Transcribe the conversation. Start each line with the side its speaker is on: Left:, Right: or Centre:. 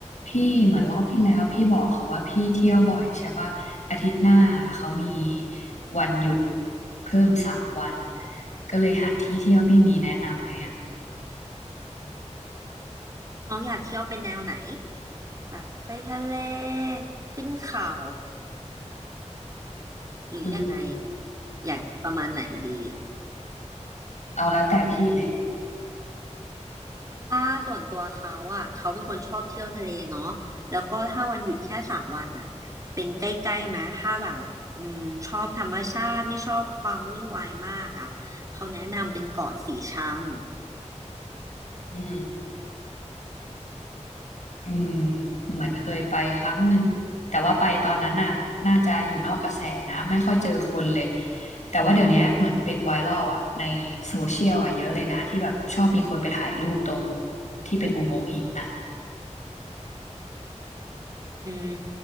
Left: พี่เหมือนรอบที่แล้วพี่บอกเขาว่าพี่เที่ยวบ่อยใช่ปะอาทิตย์หน้าเขามีวันหยุดเพิ่มสามวันก็เลยหาที่เที่ยวพี่มีแนะนำไหมอ่ะ
Right: น้องอยากเที่ยวเป็นแนวไหนแบบไปทะเลขึ้นเขาหรือยังไง
Left: อืม
Right: อยากประมาณไหนดี
Left: เอาแล้วแต่พี่เลย
Right: ถ้าส่วนตัวเขาอ่ะเขาเป็นคนชอบเที่ยวทะเลเนาะแล้วก็ถ้าวันหยุดแค่สามวันอ่ะเป็นใกล้ๆไหมถ้าแบบอืมชอบธรรมชาติไม่ชอบความวุ่นวายมากอ่ะเขาแนะนำเป็นเกาะสีชัง
Left: อืมอืมเหมือนเคยไปครั้งหนึ่งแต่ว่าไปตอนนั้นน่ะน่าจะอยู่นอกกระแสนะไม่ค่อยเจอคนเลยแต่ว่าเดี๋ยวนี้เหมือนเป็นไวรัลอ่ะในโซเชียลอ่ะเยอะเลยนะที่แบบชอบมีคนไปถ่ายรูปตรงที่เป็นอุโมงค์หินน่ะ
Right: อืม